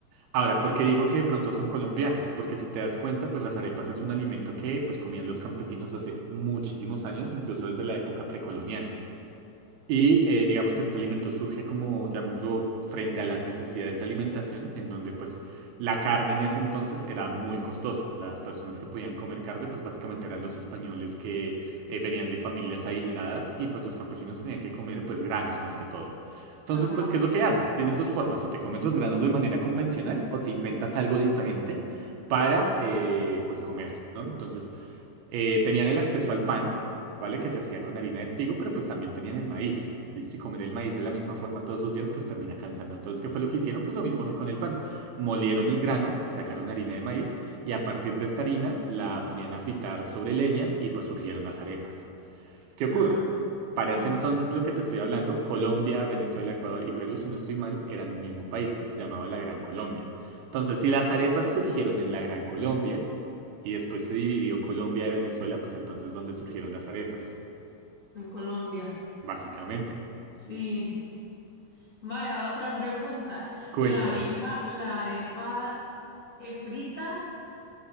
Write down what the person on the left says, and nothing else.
ajá,
ajá,
ajá,
en Colombia.
Sí, vaya, otra pregunta.
¿La arepa, la arepa es frita